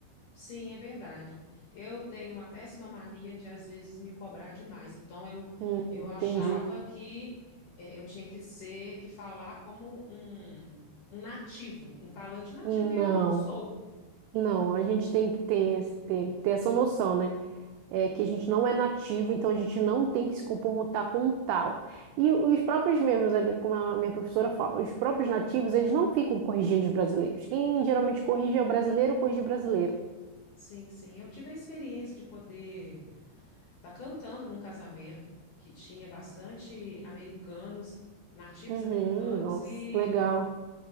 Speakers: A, on the left; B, on the right.
A: Sim, é verdade. Eu tenho uma péssima mania de às vezes me cobrar demais. Então eu
B: Hum,
A: eu
B: entendi.
A: achava que eh, eu tinha que ser, que falar como um, um nativo, um falante nativo,
B: Não,
A: e eu não sou.
B: não, a gente tem que ter, esse- ter, ter essa noção, né? é, que a gente não é nativo, então a gente não tem que se comportar como tal. E os próprios mesmos, como a minha professora fala, os próprios nativos, eles não ficam corrigindo os brasileiros. Quem geralmente corrige é o brasileiro, corrige o brasileiro.
A: Sim, sim. Eu tive a experiência de poder estar cantando num casamento que tinha bastante americanos, nativos
B: Uhum,
A: americanos,
B: nossa,
A: e
B: legal.